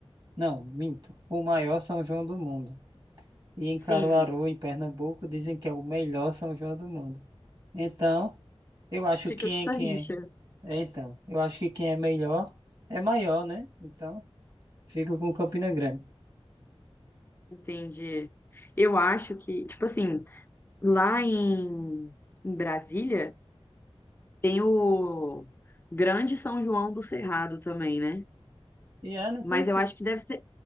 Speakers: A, on the right; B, on the left.
A: Não, minto, o maior São João do mundo. E em
B: Sim,
A: Caruaru, em Pernambuco, dizem que é o melhor São João do mundo. Então, eu acho
B: fica
A: que quem
B: essa
A: é quem
B: rixa.
A: é. é, Então, eu acho que quem é melhor é maior, né? Então, fico com Campina Grande.
B: Entendi. Eu acho que, tipo assim, lá em, em Brasília tem o Grande São João do Cerrado também, né?
A: E é, não
B: Mas
A: conhecia.
B: eu acho que deve ser,